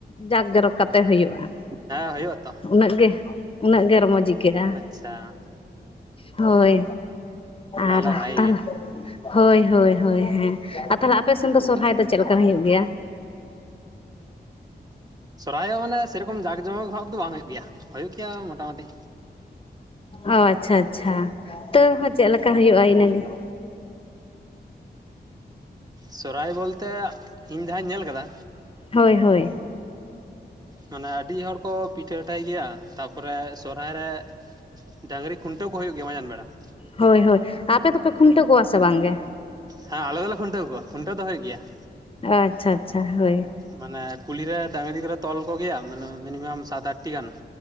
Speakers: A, on the left; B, on the right.
A: ᱡᱟᱠ ᱡᱚᱨᱚᱠ ᱠᱟᱛᱮ ᱦᱩᱭᱩᱜᱼᱟ ᱾
B: ᱦᱮᱸ ᱦᱩᱭᱩᱜᱼᱟ ᱾
A: ᱩᱱᱟᱹᱜ ᱜᱮ ᱩᱱᱟᱹᱜ ᱜᱮ ᱨᱚᱢᱚᱡᱽ ᱟᱹᱭᱠᱟᱹᱜᱼᱟ ᱾
B: ᱟᱪᱪᱷᱟ ᱾
A: ᱦᱳᱭ
B: ᱛᱟᱦᱚᱞᱮ
A: ᱟᱨ
B: ᱵᱷᱟᱜᱤ
A: ᱛᱟᱦᱞᱮ
B: ᱜᱮ
A: ᱦᱳᱭ ᱦᱳᱭ ᱦᱳᱭ ᱦᱮᱸ᱾ ᱟᱨ ᱛᱟᱦᱟᱞᱮ ᱟᱯᱮ ᱥᱮᱱ ᱫᱚ ᱥᱚᱨᱦᱟᱭ ᱫᱚ ᱪᱮᱫ ᱞᱮᱠᱟ ᱦᱩᱭᱩᱜ ᱜᱮᱭᱟ?
B: ᱥᱚᱨᱦᱟᱭ ᱦᱚᱸ ᱢᱟᱱᱮ ᱥᱮᱨᱚᱠᱚᱢ ᱡᱟᱸᱠ ᱡᱚᱢᱚᱠ ᱵᱷᱟᱵ ᱫᱚ ᱵᱟᱝ ᱦᱩᱭᱩᱜ ᱜᱮᱭᱟ᱾ ᱦᱩᱭᱩᱜ ᱜᱮᱭᱟ ᱢᱚᱴᱟᱢᱩᱴᱤ᱾
A: ᱚ ᱟᱪᱪᱷᱟ ᱟᱪᱪᱷᱟ ᱾ ᱛᱟᱹᱣ ᱦᱚᱸ ᱪᱮᱫ ᱞᱮᱠᱟ ᱦᱩᱭᱩᱜᱼᱟ ᱤᱱᱟᱹᱜᱮ ᱾
B: ᱥᱚᱨᱦᱟᱭ ᱵᱚᱞᱛᱮ ᱤᱧ ᱡᱟᱦᱟᱸᱧ ᱧᱮᱞ ᱟᱠᱟᱫᱟ
A: ᱦᱳᱭ ᱦᱳᱭ ᱾
B: ᱢᱟᱱᱮ ᱟᱹᱰᱤ ᱦᱚᱲ ᱠᱚ ᱯᱤᱴᱷᱟᱹ ᱞᱟᱴᱷᱟᱭ ᱜᱮᱭᱟ᱾ ᱛᱟᱯᱚᱨᱮ ᱥᱚᱨᱦᱟᱭ ᱨᱮ ᱰᱟᱹᱝᱨᱤ ᱠᱷᱩᱱᱴᱟᱹᱣ ᱠᱚ ᱦᱩᱭᱩᱜ ᱜᱮᱭᱟ ᱢᱟᱡᱟᱱ ᱵᱮᱲᱟ ᱾
A: ᱦᱳᱭ ᱦᱳᱭ ᱾ ᱟᱨ ᱟᱯᱮ ᱫᱚᱯᱮ ᱠᱷᱩᱱᱴᱟᱹᱣ ᱠᱚᱣᱟ ᱥᱮ ᱵᱟᱝ ᱜᱮ?
B: ᱦᱮᱸ ᱟᱞᱮ ᱫᱚᱞᱮ ᱠᱷᱩᱱᱴᱟᱹᱣ ᱠᱚᱣᱟ, ᱠᱷᱩᱱᱟᱹᱣ ᱫᱚ ᱦᱩᱭᱩᱜ ᱜᱮᱭᱟ ᱾
A: ᱚ ᱟᱪᱪᱷᱟ ᱟᱪᱪᱷᱟ ᱦᱳᱭ ᱾
B: ᱢᱟᱱᱮ ᱠᱩᱞᱦᱤ ᱨᱮ ᱰᱟᱝᱨᱤ ᱠᱚᱨᱮ ᱛᱚᱞ ᱠᱚᱜᱮᱭᱟ ᱢᱟᱱᱮ ᱢᱤᱱᱤᱢᱟᱢ ᱥᱟᱛ ᱟᱴᱴᱤ ᱜᱟᱱ ᱾